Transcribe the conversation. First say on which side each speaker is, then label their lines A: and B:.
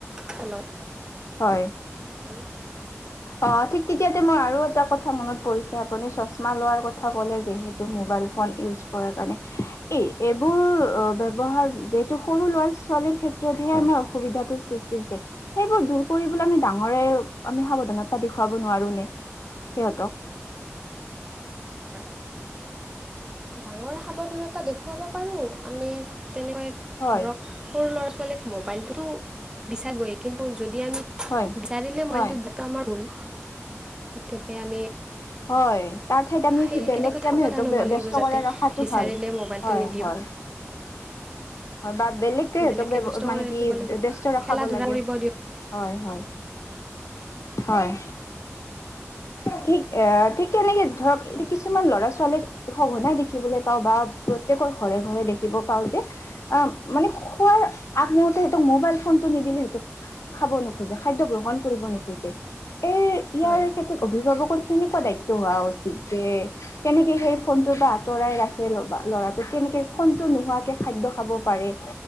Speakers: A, on the right; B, on the left.
A: ফলত
B: হয়।
A: <inaudible>
B: অ ঠিক তেতিয়াতে মই আৰু এটা কথা মনত পৰিছে আপুনি চশমা লোৱাৰ কথা কলে যিহেতু ম- ম'বাইল ফোন ইউজ কৰা কাৰণে এই এইবোৰ অ ব্যৱহাৰ এইটো সৰু ল'ৰা ছোৱাল- ক্ষেত্ৰতহে আমাৰ অসুবিধাৰ সৃষ্টি হৈছে সেইবোৰ দূৰ কৰিবলৈ আমি ডাঙৰে আমি সাৱধানতা দেখুৱাব নোৱাৰো নে সিহঁতক?
A: হয় ডাঙৰ সাৱধানতা দেখুৱাব পাৰো আমি তেনেকৈ
B: হয়
A: ধৰক সৰু ল'ৰা ছোৱালী মবাইলতো বিচাবই কিন্তু যদি আমি
B: হয়
A: বিচাৰিলে
B: হয়
A: মবাইলটো দিয়াটো আমাৰ ভুল। তেহে আমি
B: হয়। তাৰ ঠাইত আমি
A: সেই
B: বেলেগকে
A: দিশত সাৱধান
B: আমি স
A: হ'ব লাগিব
B: ব্যস্ত
A: যাতে
B: কৰি ৰখাটো
A: বিচাৰিলে
B: ভাল
A: মোবাইলটো
B: হয়
A: নিদিওঁ
B: হয়। <inaudible> হয় বা বেলেগকে হেতক
A: বেলেগকৈ ব্যস্ত
B: মানে
A: কৰি ৰাখিব
B: কি
A: লাগিব
B: ব্যস্ত ৰখাব
A: খেলা ধূলা
B: লাগে
A: কৰিব দিয়ক
B: হয় হয়। হয় ঠিক ঠিক তেনেকে ধৰক
A: হয়
B: এতি কিছুমান ল'ৰা ছোৱালীক সঘনাই দেখিবলৈ পাওঁ বা প্ৰত্যকৰ ঘৰে ঘৰে দেখিব পাওঁ যে অ মানে খোৱাৰ আগমূহৰতে সিহঁতক মোবাইল ফোনতটো নিদিলে সিহঁতে খাব নোখোজে খাদ্য গ্ৰহণ কৰিব নোখোজে এই ইয়াৰ
A: হয়
B: ক্ষেত্ৰত অভিভাৱকৰ কেনেকুৱা দায়িত্ব হোৱা উচিত যে কেনেকে সেই ফোনটোৰ পৰা আঁতৰাই ৰাখে লব ল'ৰাটোক কেনে ফোনটো নোহোৱাকে খাদ্য খাব পাৰে